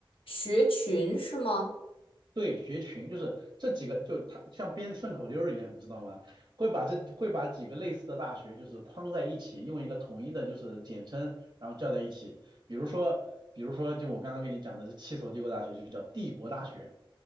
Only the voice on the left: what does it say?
学群是吗？